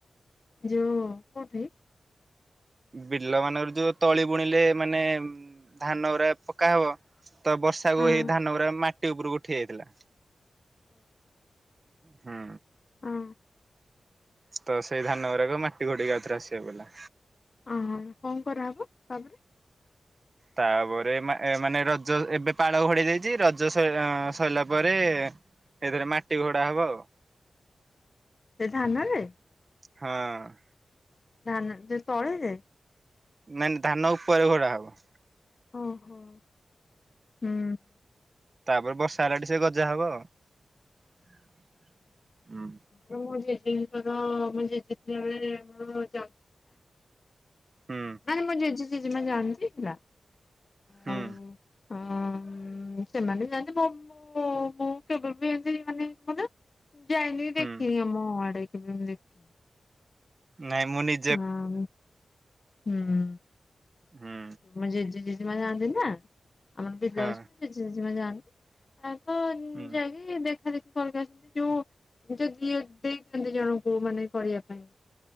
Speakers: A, on the left; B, on the right.
A: ଯୋଉ କୋଉଠି?
B: ବିଲ ମାନଙ୍କରେ ଯୋଉ ତଳି ବୁଣିଲେ ମାନେ ଉଁ ଧାନ ଗୁରା ପକା ହବ ତ ବର୍ଷା
A: ହଁ।
B: କୁ ଏଇ ଧାନ ଗୁରା ମାଟି ଉପୁରୁକୁ ଉଠିଯାଇଥିଲା। ହୁଁ।
A: ହଁ,
B: ତ ସେଇ ଧାନ ଗୁରାକ ମାଟି ଘୋଡ଼େଇକି ଆଉ ଥରେ ଆସିବାକୁ ପଇଲା।
A: ଓହୋ କଣ କରାହବ ତାପରେ?
B: ତାପରେ ଏ ମାନେ ରଜ ଏବେ ପାଳ ଘୋଡ଼ାଯାଇଚି ଦେଇଛି ରଜ ଅଁ ସଇ ସଇଲା ପରେ ହେଇଥେରେ ମାଟି ଘୋଡା ହବ ଆଉ।
A: ସେ ଧାନରେ?
B: ହଁ ଅଁ।
A: ଧାନ ଯୋଉ ତଳିରେ?
B: ମେନ ଧାନ ଉପରେ ଘୋଡା ହବ।
A: ଓହୋ! ହୁଁ।
B: ତାପରେ ବର୍ଷା ହେଲାଠୁ ସିଏ ଗଜା ହବ ଆଉ। ହୁଁ।
A: ମୁଁ ଜେଜେଙ୍କର ମୋ ଜେଜେଥିଲା ବେଳେଆମର ଜା
B: ହୁଁ
A: ମାନେ ମୋ ଜେଜେ ଜେଜେମା ଜାଣନ୍ତି ହେଲା।
B: ହୁଁ
A: ହଁ ସେମାନେ ଯାଆନ୍ତି ମୋ ବୋଉ କେବେ ବି ହିନ୍ତି ମାନେ ମାନେ ଯାଇନି
B: ହୁଁ।
A: ଦେଖିନି ଆମ ଆଡ଼େ କେବେ ଦେଖିନି।
B: ନାଇଁ ମୁଁ ନି
A: ହଁ ହୁଁ
B: ହୁଁ
A: ମୋ ଜେଜ ଜେଜି ମା ଯାଆନ୍ତି ନା ଆମର ବିଲ
B: ହଁ
A: ଅଛି ସେ ଜେଜେ ଯେଜିମା ଯାଆନ୍ତି ଆଉ ତ
B: ହୁଁ।
A: ଯାଇକି ଦେଖା ଦେେଖି କରିକି ଆସନ୍ତି ଯୋଉ ଯଦି ଦେଇ ଦିଅନ୍ତି ଜଣଙ୍କୁ ମାନେ କରିବା ପାଇଁ।